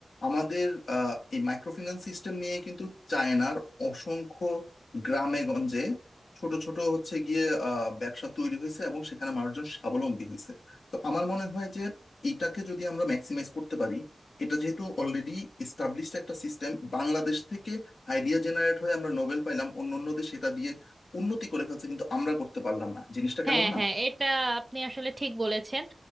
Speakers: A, on the left; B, on the right.
A: আমাদের আহ, এই মাইক্রো ফিন্যান্স সিস্টেম নিয়ে কিন্তু চায়নার অসংখ্য গ্রামে গঞ্জে ছোট ছোট হচ্ছে গিয়ে আহ, ব্যবসা তৈরি হয়েছে এবং সেখানে মানুষজন স্বাবলম্বী হয়েছে তো আমার মনে হয় যে এটাকে যদি আমরা ম্যাক্সিমাইজ করতে পারি এটা যেহেতু অলরেডি এস্টাবলিশড একটা সিস্টেম বাংলাদেশ থেকে আইডিয়া জেনারেট হয়ে আমরা নোবেল পাইলাম অন্য অন্য দেশ এটা দিয়ে উন্নতি করে ফেলছে কিন্তু আমরা করতে পারলাম না জিনিসটা কেমন
B: হ্যাঁ
A: না
B: হ্যাঁ এটা আপনি আসলে ঠিক বলেছেন